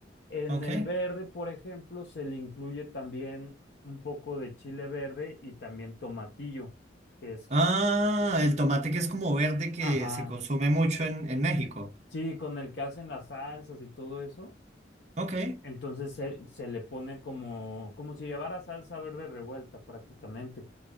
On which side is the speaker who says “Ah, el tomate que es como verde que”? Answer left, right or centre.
Right